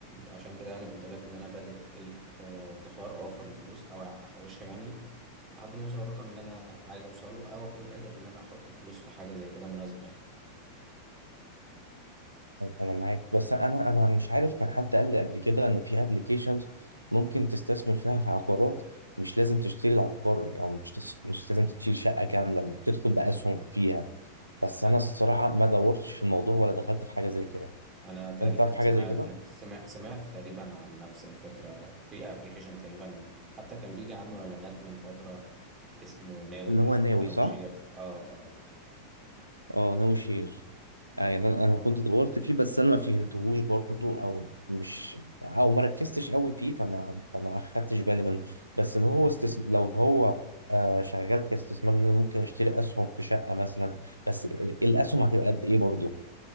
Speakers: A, on the right; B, on the right.
A: عشان كده يعني قلت لك ان انا بادئ ايه آه، ادخار اوفر الفلوس او احوشها يعني لحد ما اوصل الرقم اللي انا عايز اوصله او اكون قادر ان انا احط الفلوس في حاجه زي كده مناسبه يعني
B: انا معاك بس انا انا مش عارف كان حد قال لي قبل كده ان في ابلكيشنز ممكن تستثمر فيها في عقارات مش لازم تشتري العقار او مش تس... مش لازم تشتري شقه كامله بتدخل باسهم فيها بس
A: انا
B: انا الصراحه ما دورتش في الموضوع ولا دخلت في حاجه زي كده
A: أنا تقريبا
B: انت تعرف حاجه
A: سمعت
B: زي كده
A: سمع- سمعت تقريبا عن نفس الفكره في ابلكيشن تقريبا حتى كان بيجي عنه اعلانات من فتره اسمه ناوي
B: اللي
A: تقريبا
B: هو ناوي
A: او
B: صح
A: شير اه
B: اه ناوي شير
A: اه
B: آه، يعني
A: او ده
B: انا أنا كنت دورت فيه بس انا ما فهمتهوش برضه او مش او ما ركزتش قوي فيه فما فما اخدتش بالي منه بس لو هو استثم... لو هو آه شغال كاستثمار ان انا ممكن اشتري اسهم في شقه مثلا بس الاسهم هتبقى قد ايه برضه